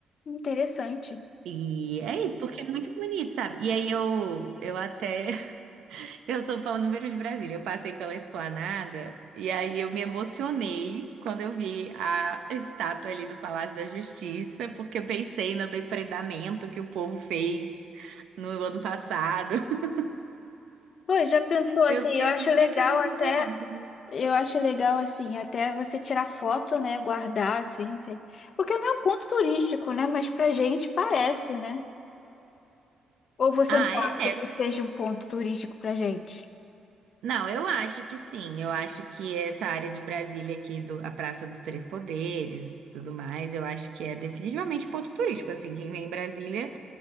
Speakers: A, on the left; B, on the right.
A: Interessante.
B: E é isso, porque é muito bonito, sabe? E aí eu, eu até eu sou fã número um de Brasília. Eu passei pela Esplanada e aí eu me emocionei quando eu vi a estátua ali do Palácio da Justiça, porque eu pensei no depredamento que o povo fez no ano passado. <laughs>
A: Pô, já pensou assim?
B: Eu fiquei
A: Eu
B: assim,
A: acho
B: como
A: legal
B: é que alguém tem
A: até.
B: coragem?
A: Eu acho legal, assim, até você tirar foto, né? Guardar, assim, se- porque não é um ponto turístico, né? Mas pra gente parece, né? Ou você
B: Ah,
A: não acha
B: é? é.
A: que seja um ponto turístico pra gente?
B: Não, eu acho que sim. Eu acho que essa área de Brasília aqui, do, a Praça dos Três Poderes, tudo mais, eu acho que é definitivamente um ponto turístico. Assim, quem vem em Brasília